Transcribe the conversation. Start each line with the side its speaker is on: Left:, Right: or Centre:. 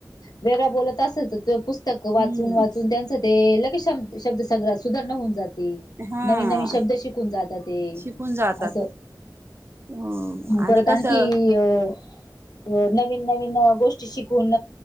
Left: वेगळा बोलत असेल तर त पुस्तक वाचून,
Right: हम्म
Left: वाचून त्यांचं ते लक्षेशम शब्द संग्रात सुधारणा होऊन जाते
Right: हा
Left: नवीन- नवीन शब्द शिकून जाते. ते
Right: शिकून जातात
Left: असं
Right: हो
Left: परत
Right: आणि कसं
Left: आणखी अ नवीन नवीन गोष्टी शिकून